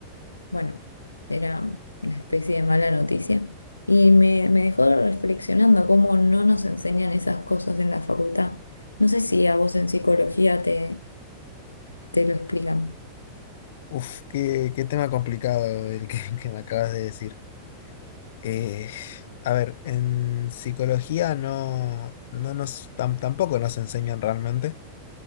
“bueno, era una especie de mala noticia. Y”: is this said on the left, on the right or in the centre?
Left